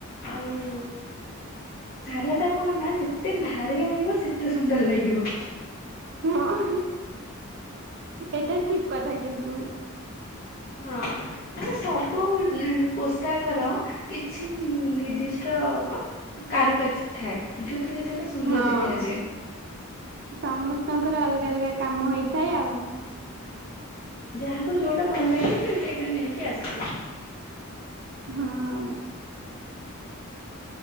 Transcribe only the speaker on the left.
ଆଉ ସାରଟା କଣ ନା ଯେତେ ଭାରି ଆଣିବ ସେତେ ସୁନ୍ଦର ଲାଗିବ।
ହଁ। ମାନେ ସବୁ ପୋଷାକର କିଛି ନିର୍ଦ୍ଦିଷ୍ଟ କଣ। କୁ କାର୍ଯ୍ୟ ଥାଏ ଯେଉଁତରେ କିିନ ସେଟା ସୁନ୍ଦର
ଦେଖାଯାଏ।
ଯାହାକୁ ଯୋଉଟା ଭଲ ଲାଗିବ ସେ ସେଇଟା ନେଇକି ଆସିିବ।